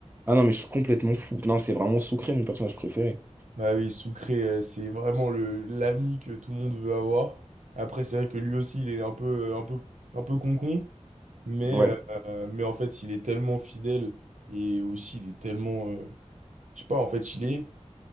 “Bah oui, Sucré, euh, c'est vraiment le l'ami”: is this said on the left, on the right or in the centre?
Right